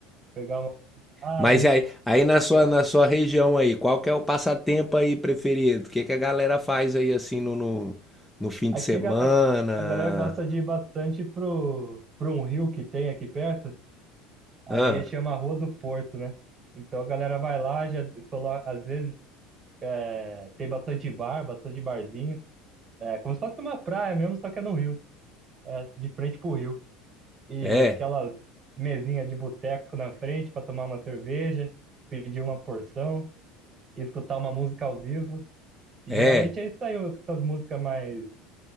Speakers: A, on the right; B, in the centre.
A: pegar uma. Ah,
B: Mas
A: do
B: aí, aí na sua,
A: Seu Valente.
B: na sua região aí, qual que é o passatempo aí preferido? O que que a galera faz aí assim no, no, no fim
A: Aqui
B: de semana?
A: a, ga- a, a galera gosta de ir bastante pro, pro um rio que tem aqui perto. Aí
B: Ah,
A: chama Rua do Porto, né? Então a galera vai lá, já coloca, às vezes é, tem bastante bar, bastante barzinho. É como se fosse uma praia mesmo, só que é no rio, é, de frente pro rio. E
B: é,
A: aquelas mesinhas de boteco na frente para tomar uma cerveja, pedir uma porção, escutar uma música ao vivo. E
B: é,
A: geralmente é isso aí, com essas músicas mais